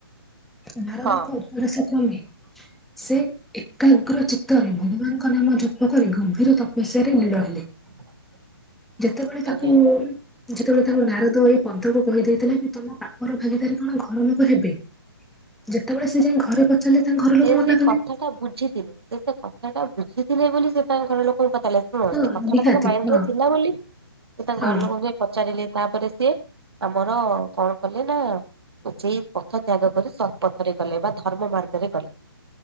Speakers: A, in the centre; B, on the right (about 75°).
A: ନାରଦଙ୍କ
B: ହଁ
A: ଉପଦେଶ କ୍ରମେ ସେ ଏକାଗ୍ର ଚିତ୍ତରେ ଭଗବାନଙ୍କ ନାମ ଜପ କରି ଗଭୀର ତପସ୍ୟାରେ ନିଳହେଲେ।
B: <inaudible>
A: ଯେତେବେଳେ ତାକୁ
B: ଆଜ୍ଞା
A: ଯେତେବେଳେ ତାଙ୍କୁ ନାରଦ ଏଇ ପଦକୁ କହିଦେଇଥିଲା। କି ତମ ପାଖର ଭାଗିଦାରୀ କଣ ହବ? ଘରଲୋକ ହେବେ। ଯେତେବେଳେ ସେ ଯାଇ ଘରେ ପହଞ୍ଚିଛନ୍ତି। ତାଙ୍କ ଘର
B: ଯେ
A: ଲୋକ ମନା
B: ସେ
A: କଲେ
B: କଥାଟା ବୁଝିଥିଲେ। ସେ ସେ କଥା ଟା ବୁଝିଥିଲେ ବୋଲି ସେ ତାଙ୍କ ଘର ଲୋକଙ୍କୁ କଥା ହେଲେନି। ଶୁଣ
A: ହଁ
B: ସେ କଥା
A: ନିହାତି
B: ଟା ତାଙ୍କ ମାଇଣ୍ଡ
A: ହଁ
B: ରେ ଥିଲା ବୋଲି। ସେ ତାଙ୍କ
A: ହଁ
B: ଘର ଲୋକଙ୍କୁ ପଚାରିଲେ। ତାପରେ ସିଏ ଆମର କଣ କଲେ ନା ଯେ ପଥ ତ୍ୟାଗ କରି ଶତପଥରେ ଗଲେ। ବା ଧର୍ମ ମାର୍ଗ ରେ ଗଲେ